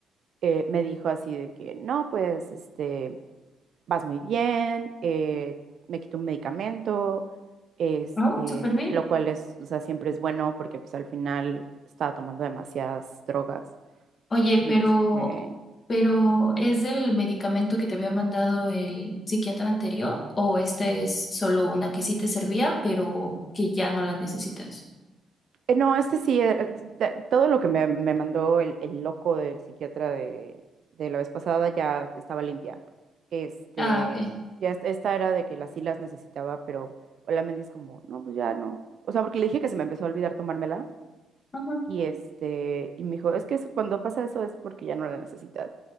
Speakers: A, on the right (about 60°); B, on the left (about 35°).
A: Eh, me dijo así de que, no, pues, este, vas muy bien, eh, me quitó un medicamento, este,
B: Oh, súper bien.
A: lo cual es, o sea, siempre es bueno porque pues al final estaba tomando demasiadas drogas
B: Oye,
A: y
B: pero,
A: este,
B: pero ¿es del medicamento que te había mandado el psiquiatra anterior o esta es solo una que sí te servía, pero que ya no la necesitas?
A: Eh, No, este sí, eh, eh, de- todo lo que me, me mandó el, el loco del psiquiatra de, de la vez pasada ya estaba limpia. Este,
B: Ah, ok,
A: ya est- esta era de que las sí las necesitaba, pero la me dice como, no, pues ya no. O sea, porque le dije que se me empezó a olvidar tomármela
B: ajá,
A: y este, y me dijo, es que eso- cuando pasa eso es porque ya no la necesitas.